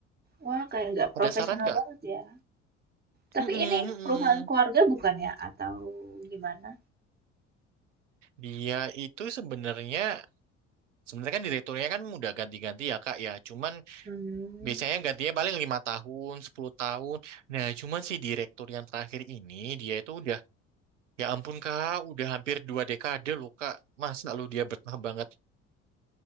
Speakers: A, on the right; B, on the right.
A: wah kayak nggak profesional
B: Ada saran nggak?
A: banget ya. Tapi
B: Mm-mm,
A: ini
B: mm-mm.
A: perusahaan keluarga bukan ya atau gimana?
B: Dia itu sebenarnya sebenarnya kan direkturnya kan udah ganti-ganti ya Kak ya. Cuman
A: Hmm,
B: biasanya gantinya paling lima tahun, 10 tahun. Nah, cuman si direktur yang terakhir ini dia itu udah ya ampun Kak, udah hampir dua dekade loh Kak. Masa lu dia betah banget.